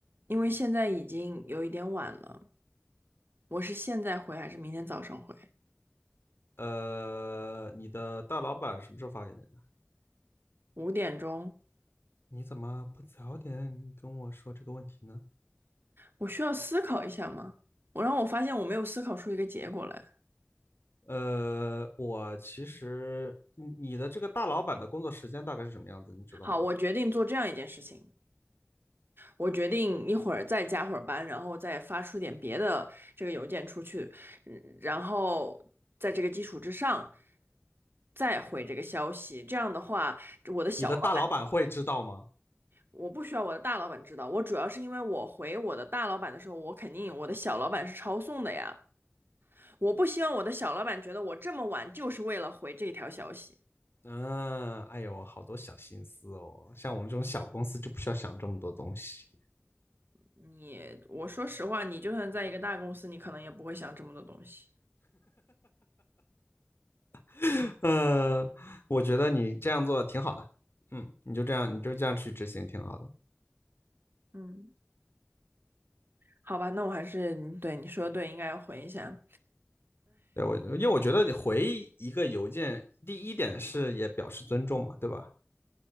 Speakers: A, on the right; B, on the left.
A: 因为现在已经有一点晚了，我是现在回还是明天早上回？
B: 呃，你的大老板什么时候发给你的？
A: 五点钟，
B: 你怎么不早点跟我说这个问题呢？
A: 我需要思考一下吗？我让我发现我没有思考出一个结果来。
B: 呃，我其实你你的这个大老板的工作时间大概是什么样子，你知道吗？
A: 好，我决定做这样一件事情，我决定一会儿再加会儿班，然后再发出点别的这个邮件出去，嗯然后在这个基础之上再回这个消息。这样的话，我的小老板
B: 你的大老板会知道吗？
A: 我不需要我的大老板知道，我主要是因为我回我的大老板的时候，我肯定我的小老板是抄送的呀。我不希望我的小老板觉得我这么晚就是为了回这一条消息。
B: 嗯，哎呦，好多小心思哦，像我们这种小公司就不需要想这么多东西。
A: 你，我说实话，你就算在一个大公司，你可能也不会想这么多东西。
B: <laughs> 呃，我觉得你这样做挺好的，嗯，你就这样，你就这样去执行挺好的。
A: 嗯。好吧，那我还是对你说的对，应该要回一下。
B: 对我，因为我觉得你回一个邮件，第一点是也表示尊重嘛，对吧？